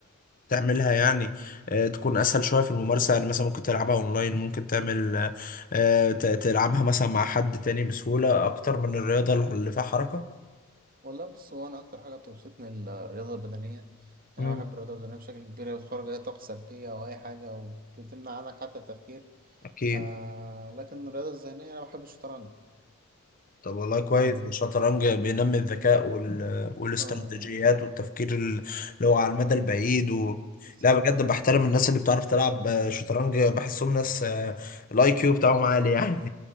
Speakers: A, on the left; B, on the right.
A: تعملها يعني آه، تكون اسهل شويه في الممارسه يعني مثلا ممكن تلعبها اونلاين ممكن تعمل آه، آه، ت- تلعبها مثلا مع حد تاني بسهوله اكتر من الرياضه اللي فيها حركه
B: والله بص هو انا اكتر حاجه بتبسطني الرياضه البدنيه
A: مم.
B: يعني انا بحب الرياضه البدنيه بشكل كبير هي بتخرج اي طاقه سلبيه او اي حاجه وبتمنع عنك حتى التفكير
A: اكيد
B: آه لكن الرياضه الذهنيه انا بحب الشطرنج
A: طب والله كويس
B: يعني
A: الشطرنج بينمي الذكاء وال... والاستراتيجيات
B: اه يعني
A: والتفكير ال- اللي هو على المدى البعيد و...
B: بالظبط
A: لا بجد بحترم الناس اللي بتعرف تلعب آه، شطرنج بحسهم ناس الاي كيو بتاعهم عالي يعني